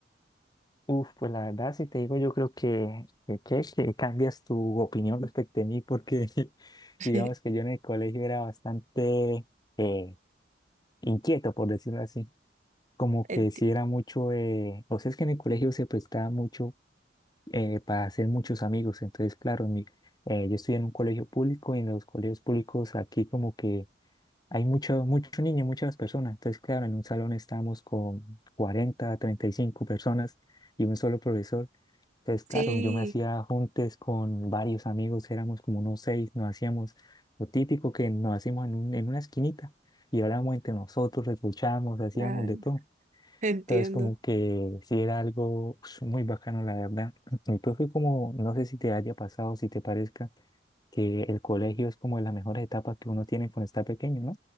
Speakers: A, on the left; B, on the right.
A: Uf, pues la verdad, si te digo, yo creo que, que, que, que cambias tu opinión respecto a mí, porque <laughs>
B: <laughs>
A: digamos que yo en el colegio era bastante eh, inquieto, por decirlo así. Como que
B: Enti-
A: si era mucho, eh, o sea, es que en el colegio se prestaba mucho eh, para hacer muchos amigos. Entonces, claro, mi- eh, yo estoy en un colegio público y en los colegios públicos aquí como que Hay mucho, mucho niño, muchas personas. Entonces, claro, en un salón estábamos con cuarenta treinta y cinco personas y un solo profesor. Entonces,
B: sí,
A: claro, yo me hacía juntes con varios amigos, éramos como unos seis, nos hacíamos lo típico que nos hacíamos en, un- en una esquinita y hablábamos entre nosotros, escuchábamos, hacíamos
B: ah,
A: de todo.
B: entiendo.
A: Entonces, como que sí era algo ush, muy bacano, la verdad. <clears throat> Mi profe, como, no sé si te haya pasado, si te parezca, que el colegio es como de las mejores etapas que uno tiene cuando está pequeño, ¿no?